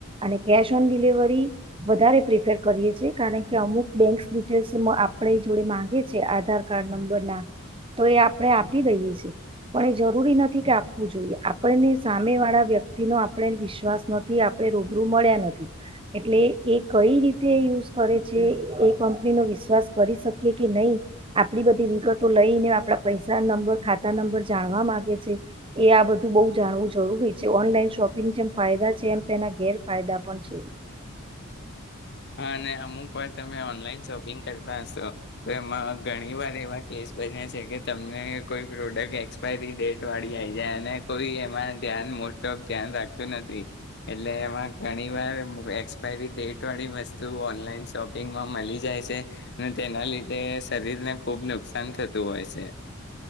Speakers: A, on the right (about 25°); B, on the left (about 50°).
A: અને કેશ ઓન ડિલિવરી વધારે પ્રિફર કરીએ છે કારણ કે અમુક બેન્ક ડિટેલ્સ આપણે જોડે માંગે છેએ આધાર કાર્ડ નંબરના તો એ આપણે આપી દઈએ છીએ પણ એ જરૂરી નથી કે વું જોઈએ આપને સામે વાળા વ્યક્તિ નો આપણે વિશ્વાસ નથી આપણે રૂબરૂ મળ્યા નથી એટલે એ કઈ રીતે યુઝ કરે છે એ કંપની નો વિશ્વાસ કરી શકીએ કે નહી આપડી બધી વિગતો લઈ ને આપડા પૈસા નંબર ખાતા નંબર જાણવા માંગે છે એ આ બધું બહ જાણવું જરૂરી છે ઓનલાઈન શોપિંગ જેમ ફાયદા છે એમ તેના ગેરફાયદા પણ છે
B: હા અને અમુક વાર તમે ઓનલાઈન શોપિંગ કરતા હશો તો એમાં ઘણીવાર એવા કેસ બન્યા છે કે તમને કોઈ પ્રોડક્ટ એક્સપાયરી ડેટ વાળી આવી જાય અને કોઈ એમાં ધ્યાન મોસ્ટ ઓફ ધ્યાન રાખતું નથી એટલે એમાં ઘણીવાર એક્સપાયરી ડેટ વાળી બ ત ઓનલાઈન શોપિંગમાં મળી જાય છે અને તેના લીધે શરીરને ખુબ નુકસાન થતું હોય છે